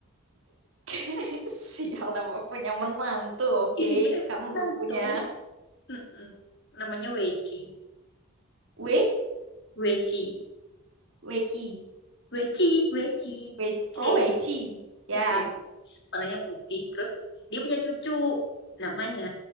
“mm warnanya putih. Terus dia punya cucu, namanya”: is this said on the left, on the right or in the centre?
Left